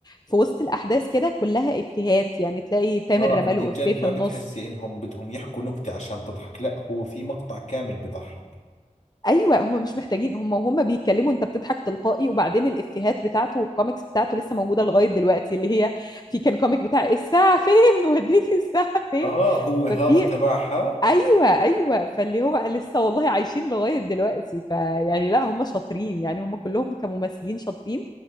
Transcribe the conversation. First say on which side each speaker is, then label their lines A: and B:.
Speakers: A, on the left (about 30°); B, on the left (about 60°).
A: في وسط الأحداث كده كلها إفيهات يعني تلاقي تامر
B: آه
A: رماله
B: اللي جد
A: إفيه في
B: ما
A: النص
B: بتحسي إنهم بدهم يحكوا نكتة عشان تضحك لا هو في مقطع كامل بضحك
A: أيوة هم مش محتاجين هم هم بيتكلموا أنت بتضحك تلقائي وبعدين الإفيهات بتاعته والكوميكس بتاعته لسه موجودة لغاية دلوقتي اللي هي في كان كوميك بتاع الساعة فين وديتي الساعة فين
B: آه هو هذا
A: ففي
B: تبعها
A: ايوه ايوه فاللي هو لسه والله عايشين لغايه دلوقتي فيعني لا هم شاطرين يعني هم كلهم كممثلين شاطرين